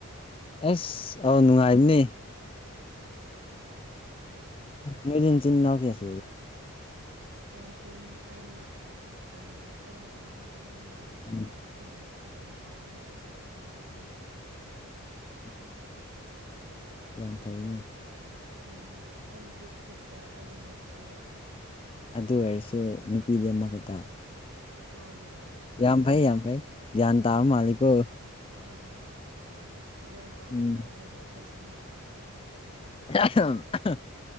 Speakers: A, on the left; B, on the right.
A: ꯑꯁ ꯑꯧ ꯅꯨꯡꯉꯥꯏꯕꯅꯦ
B: <inaudible>
A: ꯅꯣꯏꯗꯤ ꯆꯤꯟ ꯅꯥꯎ ꯀꯌꯥ ꯁꯨꯏ
B: <inaudible> ꯑꯍꯨꯝ ꯑꯩꯅ ꯑ ꯑꯩꯅꯅꯦ ꯑꯍꯟꯅꯦꯕ
A: ꯎꯝ
B: ꯑꯩꯒꯤ ꯃꯈꯥꯗ ꯅꯨꯄꯥ ꯑꯅꯤ ꯂꯩ ꯏꯄ꯭ꯋꯥꯅꯨꯄꯥ ꯑꯅꯤ
A: ꯎꯝ ꯌꯥꯝ ꯐꯩꯅꯦ
B: ꯎꯝ ꯑꯩꯅ ꯕꯤꯛ ꯁꯤꯁꯇꯔ ꯑꯩꯅ ꯃꯆꯦ
A: ꯑꯗꯨ ꯑꯣꯏꯔꯁꯨ ꯅꯨꯄꯤꯗꯤ ꯑꯃꯈꯛꯇ
B: ꯃꯥꯟꯅꯦ
A: ꯌꯥꯝ ꯐꯩ ꯌꯥꯝ ꯐꯩ ꯒ꯭ꯌꯥꯟ ꯇꯥꯕ ꯃꯥꯜꯂꯤꯀꯣ
B: ꯎꯝ ꯒ꯭ꯌꯥꯟ ꯇꯥꯕ
A: ꯎꯝ
B: ꯇꯥꯕ ꯍꯥꯏꯗꯣ ꯑꯩꯈꯣꯏ ꯁꯤꯅꯤꯅꯦ
A: ꯑꯍꯝ ꯑꯍꯥ